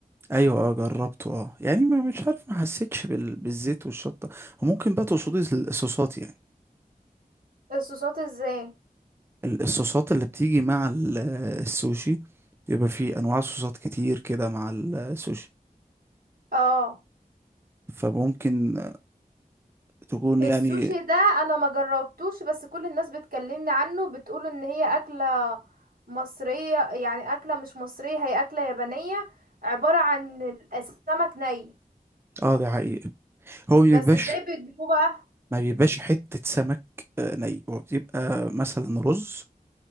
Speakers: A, on the right; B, on the right.
A: ايوه اه جربته اه يعني ما مش عارف ما حسيتش بال... بالزيت والشطة وممكن بقى تقصدي الصوصات يعني
B: الصوصات ازاي
A: ال- الصوصات اللي بتيجي مع ال- السوشي بيبقى فيه انواع صوصات كتير كده مع السوشي
B: اه
A: فممكن تكون
B: السوشي
A: يعني
B: ده انا ما جربتوش بس كل الناس بتكلمني عنه بتقول ان هي اكلة مصرية يعني اكلة مش مصرية هي اكلة يابانية عبارة عن السمك ني
A: اه ده حقيقي هو بيبقاش
B: بس ازاي بيجيبوه بقى
A: ما بيبقاش حتة سمك آه، ني هو بيبقى مثلا رز